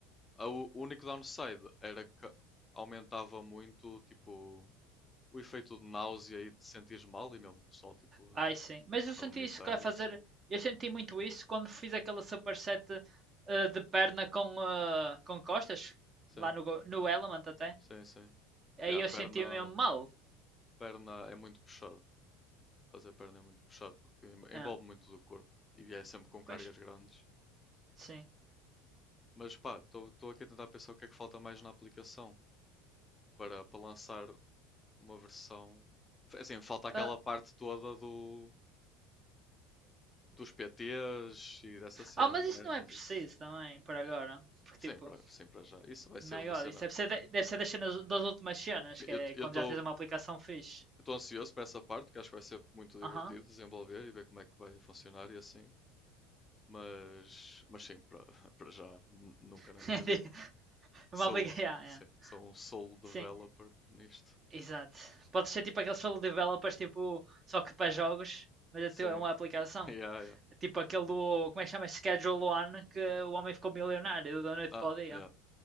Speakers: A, on the left; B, on the right.
A: A- O único downside era que aumentava muito, tipo, o efeito de náusea e de sentir mal, e mesmo pessoal, tipo,
B: Ai, sim. Mas eu senti
A: a, a vomitar
B: isso que a fazer.
A: e assim.
B: Eu senti muito isso quando fiz aquela superset eh, de perna com, eh, com costas,
A: Sim,
B: lá no, go- no Element até.
A: sim, sim.
B: Aí
A: E a
B: eu
A: perna,
B: senti mesmo mal.
A: perna é muito puxado. Fazer perna é muito puxado porque em-
B: Ah,
A: envolve muito do corpo e é sempre com cargas
B: pois,
A: grandes.
B: sim.
A: Mas pá, estou aqui a tentar pensar o que é que falta mais na aplicação para, para lançar uma versão. Assim, falta aquela
B: Ah,
A: parte toda do, dos PTs e dessa cena,
B: ah, mas
A: não
B: isso
A: é?
B: não
A: Mas
B: é preciso
A: isso,
B: também, por agora. Porque,
A: sim,
B: tipo,
A: para, sim, para já. Isso vai ser
B: my
A: uma
B: God,
A: cena.
B: isso deve ser, de- deve ser das cenas, das últimas cenas,
A: Sim,
B: que
A: Eu
B: é quando
A: eu estou
B: já tens uma aplicação fixe.
A: estou ansioso para essa parte, porque acho que vai ser muito divertido
B: Aham.
A: desenvolver e ver como é que vai funcionar e assim. Mas, mas sim, para, <laughs> para já, nu- nunca na
B: <laughs>
A: minha vida.
B: Uma
A: Sou,
B: aplicação. <laughs> Yeah,
A: sim,
B: yeah.
A: sou um solo developer
B: Sim,
A: nisto.
B: exato. Pode ser tipo aqueles solo developers, tipo, só que para jogos, mas é
A: Sim,
B: teu- é uma aplicação.
A: <laughs> yeah, yeah.
B: Tipo aquele do, como é que chama? Schedule One, que o homem ficou milionário da noite
A: Ah,
B: para o dia.
A: yeah.